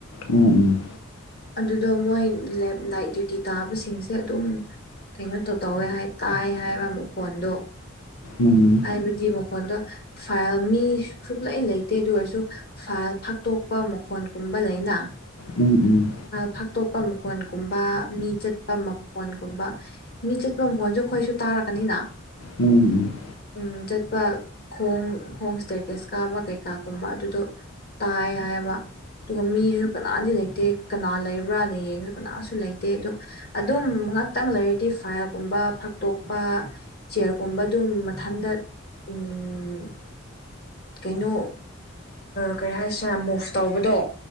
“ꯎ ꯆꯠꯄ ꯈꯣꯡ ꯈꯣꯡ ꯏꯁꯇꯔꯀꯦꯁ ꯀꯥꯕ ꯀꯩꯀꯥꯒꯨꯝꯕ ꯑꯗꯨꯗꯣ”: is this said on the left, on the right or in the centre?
Left